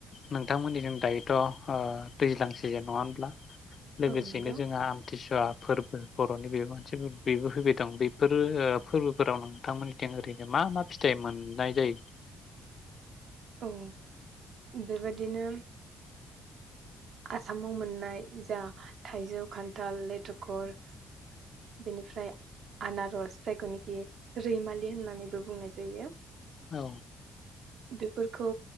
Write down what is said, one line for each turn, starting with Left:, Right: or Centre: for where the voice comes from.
Left: नोंथांमोननिखिन दायोथ' दैज्लां सिजेन नङा होनब्ला? लोगोसेनो
Right: औ नंगौ
Left: जोंहा आमथिसुवा फोर फो बर'नि बेबो मानसे फोरबो बेबो फैबाय दं बेफोरो ओ फोरबोफोराव नोंथांमोननिथिं ओरैनो मा मा फिथाइ मोननाय जायो?
Right: औ उ बेबायदिनो आसामाव मोननाय जा थाइजौ, खान्थाल लेथखर, बेनिफ्राय आनारस जायखौनिखि रैमालि होननानैबो बुंनाय जायो।
Left: औ।
Right: बेफोरखौ